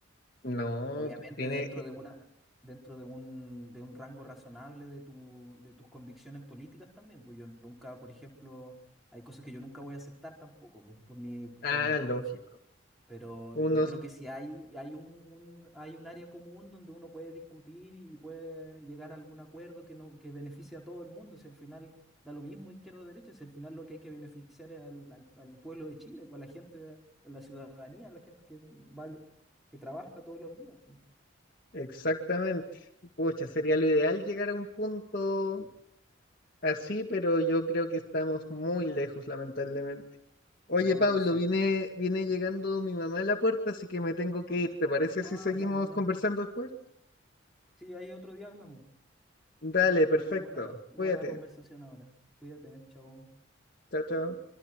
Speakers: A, on the left; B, in the centre.
A: No,
B: Obviamente
A: pues tiene...
B: dentro
A: eh,
B: de una, dentro de un, de un rango razonable de tu, de tus convicciones políticas también, pues yo nunca, por ejemplo, hay cosas que yo nunca voy a aceptar tampoco, pues, por mi,
A: Ah,
B: por mis convicciones.
A: lógico.
B: Pero
A: Unos...
B: yo creo que si hay, hay un, un- hay un área común donde uno puede discutir y puede llegar a algún acuerdo que no, que beneficie a todo el mundo, si al final da lo mismo izquierda o derecha, si al final lo que hay que beneficiar es al, al- al pueblo de Chile, pues a la gente, a la ciudadanía, a la gente que va, al- que trabaja todos los días. pues.
A: Exactamente. Pucha, sería lo ideal llegar a un punto así, pero yo creo que estamos muy lejos, lamentablemente. Oye,
B: Yo,
A: Pablo,
B: sí.
A: viene, viene llegando mi mamá a la puerta, así que me tengo que ir. ¿Te parece
B: Ah,
A: si seguimos
B: ya, ya, ya.
A: conversando después?
B: Sí, ahí otro día hablamos.
A: Dale,
B: Fue
A: perfecto.
B: muy buena la, buena
A: Cuídate.
B: la conversación ahora. Cuídate, chao.
A: Chao, chao.